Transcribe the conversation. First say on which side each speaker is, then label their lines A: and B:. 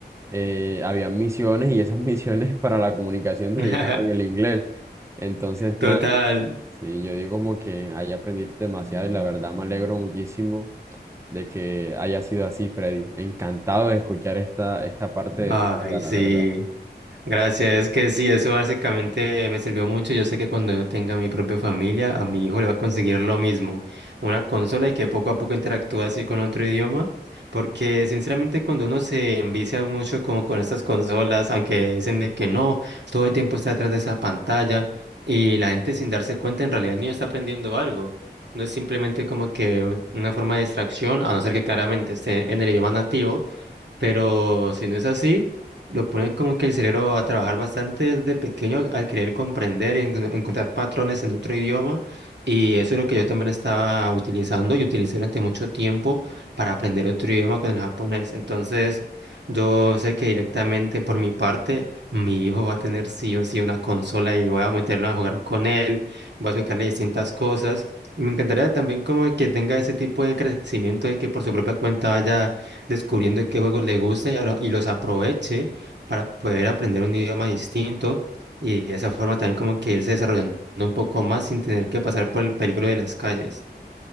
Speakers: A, on the right; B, on the right.
A: eh, habían misiones y esas <laughs> misiones para la comunicación necesitaban
B: <laughs>
A: el inglés. Entonces,
B: Total.
A: nada. Sí, yo digo como que ahí aprendiste demasiado y la verdad me alegro muchísimo de que haya sido así, Freddy. Encantado de escuchar esta, esta parte de
B: Ay,
A: tu vida, la
B: sí.
A: verdad.
B: Gracias, es que sí, eso básicamente me sirvió mucho. Yo sé que cuando yo tenga mi propia familia, a mi hijo le va a conseguir lo mismo, una consola y que poco a poco interactúe así con otro idioma, porque sinceramente cuando uno se envicia mucho como con estas consolas, aunque dicen de que no, todo el tiempo está detrás de esa pantalla y la gente sin darse cuenta en realidad el niño está aprendiendo algo. No es simplemente como que una forma de distracción, a no ser que claramente esté en el idioma nativo pero si no es así, lo pone como que el cerebro a trabajar bastante desde pequeño al querer comprender y en- encontrar patrones en otro idioma, y eso es lo que yo también estaba utilizando y utilicé durante mucho tiempo para aprender otro idioma con el japonés. Entonces, yo sé que directamente por mi parte, mi hijo va a tener sí o sí una consola y voy a meterlo a jugar con él, voy a explicarle distintas cosas. Me encantaría también como que tenga ese tipo de crecimiento de que por su propia cuenta vaya descubriendo qué juegos le gusta y, ahora- y los aproveche para poder aprender un idioma distinto y de esa forma también como que irse desarrollando un poco más sin tener que pasar por el peligro de las calles.